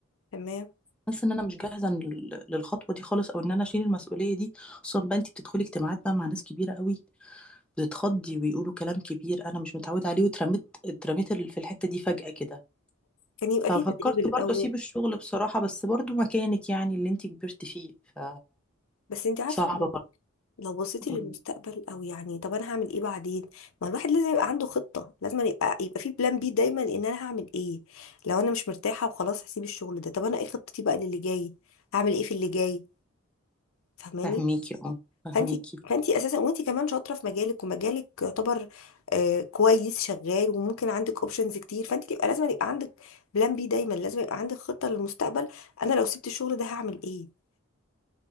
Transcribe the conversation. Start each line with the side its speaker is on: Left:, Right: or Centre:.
Left: تمام
Centre: حاسه ان انا مش جاهزه لل- للخطوه دي خالص او ان انا اشيل المسؤوليه دي خصوصا بقى انت بتدخلي اجتماعات بقى مع ناس كبيره قوي بتتخضي ويقولوا كلام كبير انا مش متعوده عليه واترميت اترميت في الحته دي فجاه كده
Left: كان يبقى
Centre: ففكرت
Left: في تدريب الاول
Centre: برضو اسيب الشغل بصراحة بس برضو مكانك يعني اللي انت كبرت فيه ف
Left: بس انتي عارفه
Centre: صعبة
Left: لو بصيتي
Centre: برضو
Left: للمستقبل او يعني طب انا هعمل ايه بعدين ما الواحد لازم يبقى عنده خطة لازم يبقى يبقى في بلان بي دايما ان انا هعمل ايه لو انا مش مرتاحة وخلاص هسيب الشغل ده طب انا ايه خطتي بقى للي جاي هعمل ايه في اللي جاي فاهماني
Centre: فهميكي اه فهميكي
Left: فانتي فانتي اساسا وانتي كمان شاطرة في مجالك ومجالك يعتبر آه كويس شغال وممكن عندك اوبشنز كتير فانتي يبقى لازم يبقى عندك بلان بي دايما لازم يبقى عندك خطة للمستقبل انا لو سبت الشغل ده هعمل ايه